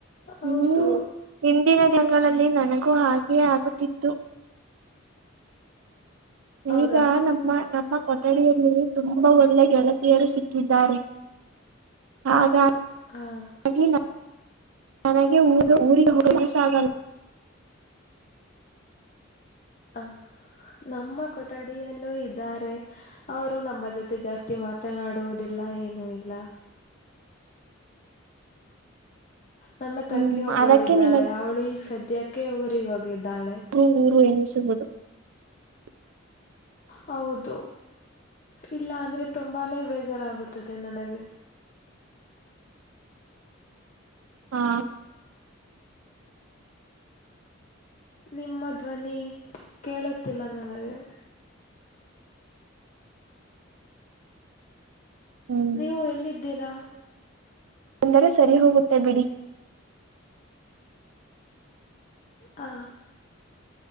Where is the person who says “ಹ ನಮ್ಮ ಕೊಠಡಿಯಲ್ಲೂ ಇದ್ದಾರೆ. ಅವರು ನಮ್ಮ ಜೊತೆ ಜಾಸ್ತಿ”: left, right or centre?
Left